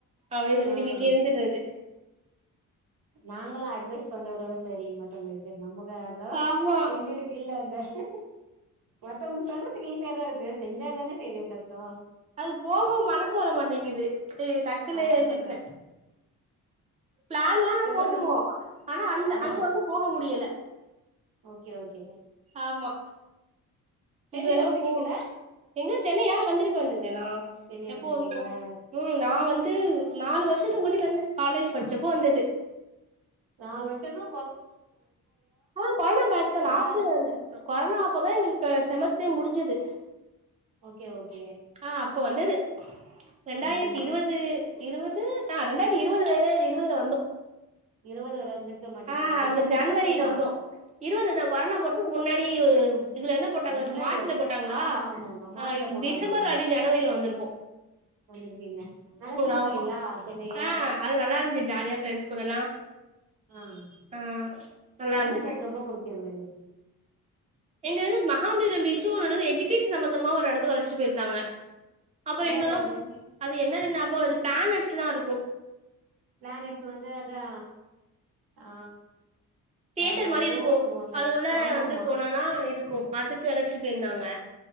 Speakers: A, on the right; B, on the right.
A: அப்டி சொல்லிட்டு
B: ஆ
A: வீட்லியே இருந்துறது
B: நாங்களு அட்வைஸ் பண்றதோட சரி மத்தவங்களுக்கெ நம்பக அதோ
A: ஆமா
B: எங்களுக் கில்ல அந்தஷ் மத்தவங்க சொல்றதுக்கு ஈஸியாதா இருக்கு செஞ்சாதான தெரியு கஷ்டோ
A: அது போக மனசு வரமாட்டேங்கிது இ டக்குன்னு
B: அதா சொல்றே
A: திட்ன ப்ளான்ல்லா
B: சொல்றடி
A: போட்ருவோ ஆனா அந்த
B: ஆ
A: அங் வந்து போக முடியல
B: ஓகே ஓகே
A: ஆமா
B: சென்னை
A: இந் தடவ
B: வந்திருக்கீங்களா
A: போ எங்க சென்னையா வந்திருக்க வந்திருக்கனா
B: சென்னை
A: எப்போ
B: வந்திருக்கீங்களா
A: வந்தோ ம் நா வந்து நாலு வருஷத்துக்கு முன்னடி வந்தே காலேஜ் படிச்சப்போ வந்தது
B: நால் வர்ஷனு
A: ஆ கொரனா பேச்தா
B: முன்னால
A: லாஸ்டில்ல <unintelligible> கொரனா அப்பதா எங்கள்க்கு செமஸ்ஸே முடிஞ்சது
B: ஓகே ஓகே
A: ஆ அப்ப வந்தது ரெண்டாயிர்த்
B: வந்தது
A: இருவது இருவது ஆ ரெண்டாய்த்தி இருவதுலேலே இருவதுல வந்தோ
B: இருவது வர அஞ்ச் இருக்க மாட்டீங்க
A: ஆ
B: இருவதுலா
A: அந்த ஜனவரில
B: இருவத்தொண்ணா
A: வந்தோ இருவதுதா கொரனா போறதுக்கு முன்னாடியு இதுல என்ன போட்டாங்க
B: முன்னாடியா
A: மாட்ல போட்டாங்களா
B: ஆ ஆமா ஆமா மார்ச்ல
A: ஆ இப்ப
B: போட்டாங்க
A: டிசம்பர்
B: ஆமா
A: அடி ஜனவரில வந்துருக்கு
B: வந்திருக்கீங்க நல்லா சுத்தி
A: ஆமா
B: பாத்தீங்ளா சென்னைய
A: ஆ அது நல்லாந்ஜு ஜாலியா ப்ரெண்ட்ஸ் குடல்லா
B: ஆம்
A: ஆ நல்லா
B: எந்த
A: இருந்துச்சு
B: ப்ளேஸ் ரொம்ப புடிச்சிருந்திது
A: எங்க இது மஹாப்லிர பீச்சு உன்னொன்னது எஜிகேசன் சம்பந்தமா ஒரு இடத்துக்கு அழச்சிட்டு போயிர்க்காங்க அப்பறோ
B: என்ன
A: இன்னொரு
B: எடோ அது
A: அது என்னன்னு ஞாபகோ இல் இந்த பிளானேட்ஸ்லா இருக்கு
B: பிளானெட்ஸ் வந்து அதா ஆ
A: தியேட்டர்
B: ஆமா
A: மாரி
B: ஏதோ
A: இருக்கு
B: சொல்லுவாங்க
A: அது உள்ளார
B: ஆமா
A: வந்து
B: ஆமா
A: போனனா இருக்கு அதுக்கு அழச்சிட்டு பேயிருந்தாங்க